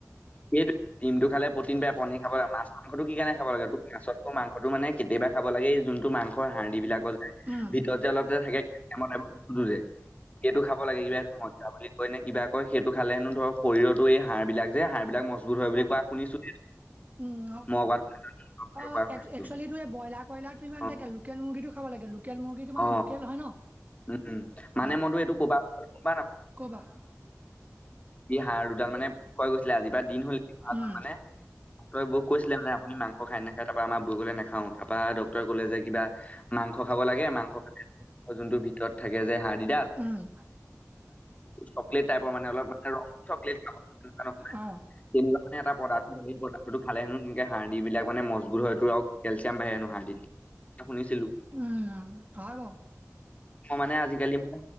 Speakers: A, on the left; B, on the right.
A: সেইটো দিমটো খালে প্ৰ'টিন পায়, পনী খাব লাগে মাছ মাংসটো কি কাৰনে খাব লাগে ত। মাছতকৌ মাংসটো মানে কেতিয়াবা খাব লাগে যোনটো মাংসৰ হাৰ্ডদি বিলাকৰ যে
B: য'ত
A: ভিতৰত যে অলপ যে থাকে টম বস্তুটো যে সেইটো খাব লাগে কিবা সটো মদা বুলি কয় নে কিবা কয় সেইটো খালে হেনো ধৰক শৰীৰতো এই হাৰ বিলাক যে হা এইবলাক মজবুত হয় বুলি কোৱা শুনিছো
B: উম
A: মই কোৱা তোমালোকে
B: অ
A: কোৱা শুনিছো
B: একচুৱেলি টো এই ব্ৰইলাৰ কইলাৰ টো ইমানাকে
A: অ
B: লোকেল মুৰ্গীটো খাব লাগে লোকেল মুৰ্গীটো মানে
A: অ
B: লোকেল হয় ন
A: উম মানে
B: ভাল
A: মনটো
B: হয়
A: এইটো কবব ন আমাৰ
B: ক'বা
A: ই হাড় দুডাল মানে কৈ গৈছে। ছিলে আজিৰ পৰা দিন হ'ল
B: উম
A: মানে ব কৈছিলে মে আপুনি মাংস খাই নাখায় তাৰপৰা আমাৰ বৌ'কলে নাখাওঁ তাপৰা ডক্তৰে কলে যে কিবা মাংস খাব লাগে মাংস খালে যোনটো ভিতৰত থাকে যে হাদি ডাল
B: উম
A: চকলেট টাইপ মানে অলপ চকলেট খালে
B: অ
A: তেনেকে এটা পদাৰ্থ পদাৰ্থটো খালে হেনো এনেক হাড় দি বিলাক মানে মজবুত হয়টো চাম বাঢ়ে হেনো হাৰ্ডিত শুনিছিলো
B: উম হয় বাৰু
A: মানে আজিকালি মানে